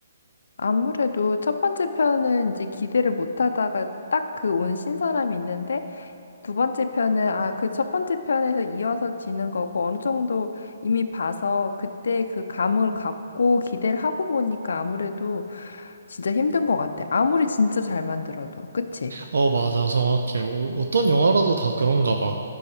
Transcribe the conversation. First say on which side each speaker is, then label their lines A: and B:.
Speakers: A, on the left; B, on the right.
A: 아무래도 첫 번째 편은 이제 기대를 못 하다가 딱 그 온 신선함이 있는데 두 번째 편은 아, 그 첫 번째 편에서 이어서 지는 거고 어느 정도 이미 봐서 그때 그 감을 갖고 기대를 하고 보니까 아무래도 진짜 힘든 것 같아. 아무리 진짜 잘 만들어도. 그치?
B: 어, 맞아. 정확해. 어, 어떤 영화라도 다 그런가 봐.